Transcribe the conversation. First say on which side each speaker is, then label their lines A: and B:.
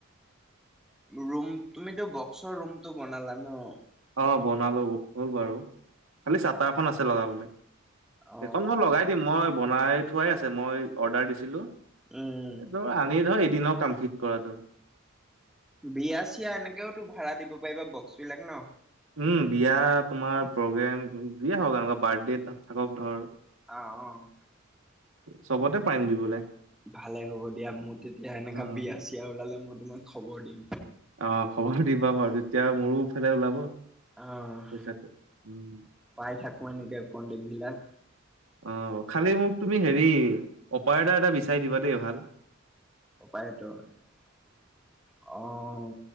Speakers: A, in the centre; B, on the right.
A: ৰুম, তুমিটো বক্সৰ ৰুমটো বনালা ন'?
B: অ'! বনালোঁ, হ'ল বাৰু। খালি চাটাৰ এখন আছে লগাবলে।
A: অ
B: সেইখন মই লগাই দিম, মই বনাই থোৱাই আছে। মই অৰ্ডাৰ দিছিলোঁ।
A: উম!
B: ত' আনি ধৰ, এদিনৰ কমপ্লিট কৰাটো।
A: বিয়া - চিয়া এনেকেও তো ভাড়া দিব পাৰিবা, বক্সবিলাক ন'?
B: উম! বিয়া, তোমাৰ প্ৰগ্ৰেম, বিয়া হওঁক, এনেকুৱা বাৰ্থডে এটাত থাকক ধৰ
A: অ'! অ'!
B: চবতে পাৰিম দিবলে।
A: ভালে হ'ব দিয়া! মোৰ তেতিয়া সেনেকা
B: অ',
A: বিয়া - চিয়া ওলালে, মই তোমাক খবৰ দিম।
B: অ'! খবৰটো দিবা বাৰু? তেতিয়া, মোৰো এফালে ওলাব।
A: অ'!
B: পইচাটো। উম,
A: পাই থাকোঁ, এনেকে কণ্টেক্টবিলাক।
B: অ'! খালি মোক, ‌ তুমি হেৰি, অপাৰেটৰ এটা বিচাৰ দিবা দেই, ভাল?
A: অপাৰেটৰ অ'!